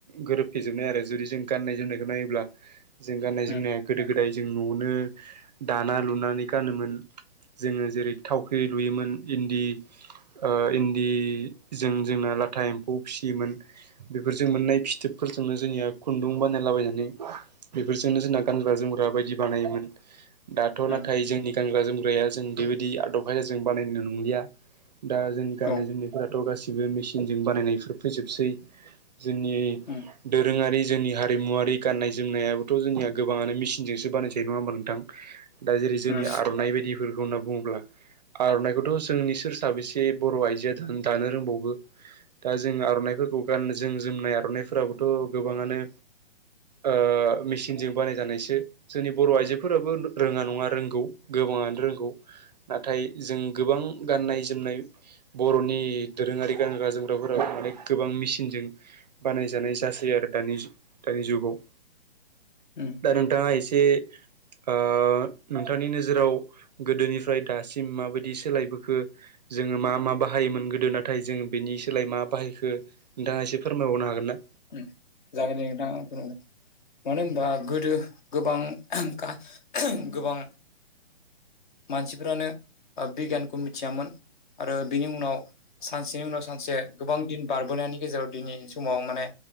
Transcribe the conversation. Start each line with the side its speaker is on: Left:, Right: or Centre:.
Right: गोरोबफ्लेजोबनाय आरो जुदि जों गाननाय जोमनायखौ नायोब्ला जों गाननाय
Left: उम
Right: जोमनाया गोदो गोदाय जों न'आवनो दाना लुनानै गानोमोन जोङो जेरै थावख्रि लुयोमोन इन्दि ओ इन्दि जों जोंना लाथा एम्फौ फिसियोमोन बेफोरजों मोननाय फिथोबफोरजोंनो जोंनिया खुन्दुं बानाय बायनानै बेफोरजोंनो जोंना गानग्रा जोमग्रा बायदि बानायोमोन दाथ' नाथाय
Left: उम
Right: जोंनि गानग्रा जोमग्राया जों बेबायदि आदब खायदाजों बानायनाय नंलिया दा जों गाननाय
Left: औ
Right: जोमनायफोरा दाथ' गासिबो मेसिनजों बानायनायफोर फैजोबसै जोंनि
Left: उम
Right: दोरोङारि जोंनि हारिमुवारि गाननाय जोमनायाबोथ' जोंनिया गोबाङानो मेसिनजोंसो बानायजायो नङा होमबा नोंथां दा जेरै जोंनि
Left: उम
Right: आर'नाइ बायदिफोरखौ होनना बुङोब्ला आर'नाइ बेखौथ' जोंनि सोर साबेसे बर' आइजोआ दानो रोंबावगो दा जों आर'नाइफोरखौ गाननो जों जोमनाय आर'नाइफोराबोथ' गोबाङानो ओ मेसिनजों बानायजानायसो जोंनि बर' आइजोफोराबो रोङा नङा रोंगौ गोबाङानो रोंगौ नाथाय जों गोबां गाननाय जोमनाय बर'नि दोरोङारि गानग्रा जोमग्राफोराबो माने गोबां मेसिनजों बानायजानाय जासै आरो दानि दानि जुगाव
Left: उम
Right: दा नोंथाङा एसे आ नोंथांनि नोजोराव गोदोनिफ्राय दासिम माबायदि सोलायबोखो जोङो मा मा बाहायोमोन गोदो नाथाय जोङो बेनि सोलाय मा बाहायखो नोंथाङा एसे फोरमायबावनो हागोन ना
Left: ओम जागोन दे नोंथां आं फोरमायगोन मानो होनबा गोदो गोबां <unintelligible> गोबां मानसिफ्रानो बिगियानखौ मिथियामोन आरो बिनि उनाव सानसेनि उनाव सानसे गोबां दिन बारबोनायनि गेजेराव दिनैनि समाव माने